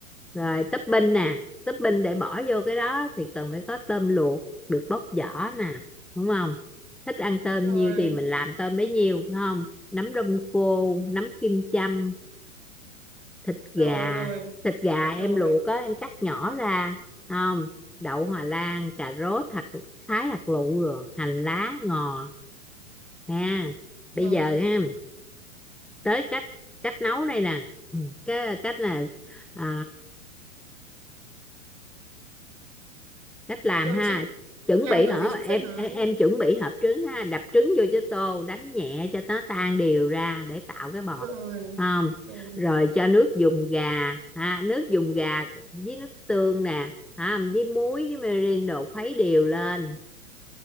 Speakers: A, in the centre; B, on the right (about 55°).
A: rồi topping nè topping để bỏ vô cái đó thì cần phải có tôm luộc được bóc vỏ nè đúng không thích ăn tôm
B: rồi
A: nhiều thì mình làm tôm bấy nhiêu đúng không nấm đông cô nấm kim châm thịt gà
B: rồi rồi
A: thịt gà em
B: rồi
A: luộc á em cắt nhỏ ra đúng không đậu hòa lan cà rốt hạt thái hạt lựu rồi hành lá ngò ha bây
B: rồi
A: giờ ha tới cách cách nấu đây nè Ừ, cái cách là à, cách làm
B: rồi
A: ha
B: chị
A: chuẩn
B: làm
A: bị
B: kiểu
A: hả
B: gì chị
A: em,
B: cứ nói
A: em em chuẩn bị hộp trứng ha đập trứng vô cho tô đánh nhẹ cho nó tan đều ra để tạo cái bọt
B: rồi
A: không
B: rồi
A: rồi cho nước dùng gà ha nước dùng gà với nước tương nè ha với muối với mirin đồ khuấy đều lên